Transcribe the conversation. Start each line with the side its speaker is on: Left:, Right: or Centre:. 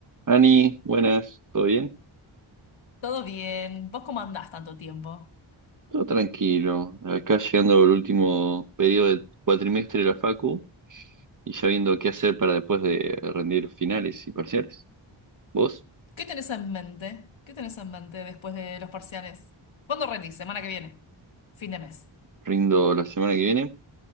Right: Ani, buenas, ¿todo bien?
Left: Todo bien. ¿Vos cómo andás tanto tiempo?
Right: Todo tranquilo. Acá llegando el último periodo del cuatrimestre de la Facu y ya viendo qué hacer para después de rendir finales y parciales. Vos,
Left: ¿Qué tenés en mente? ¿Qué tenés en mente después de los parciales? ¿Cuándo rendís? Semana que viene. Fin de mes.
Right: rindo la semana que viene